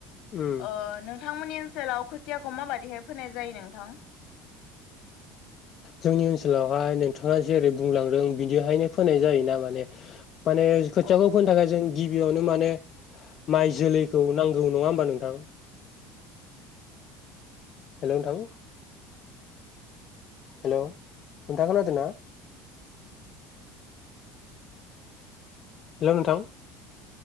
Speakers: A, on the left; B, on the left.
A: उम
B: अ नों नोंथांमोननि ओनसोलाव खोथियाखौ माबादिहाय फोनाय जायो नोंथां?
A: जोंनि ओनसोलावहाय नोंथाङा जेरै बुंलांदों बिदिहायनो फोनाय जायोना माने माने खोथियाखौ
B: औ
A: फोनो थाखाय जों गिबियावनो माने माइ जोलैखौ नांगौ नङा होमबा नोंथां? हेलौ नोंथां हेलौ नोंथा खोनादोंना? हेलौ नोंथां